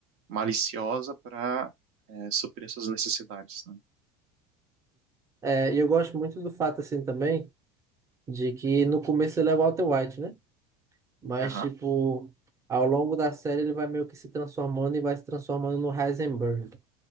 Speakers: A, on the right; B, on the right.
A: maliciosa para é, suprir suas necessidades, né?
B: É, e eu gosto muito do fato, assim, também, de que no começo ele é o Walter White, né? Mas,
A: Aham.
B: tipo, ao longo da série ele vai meio que se transformando e vai se transformando no Heisenberg.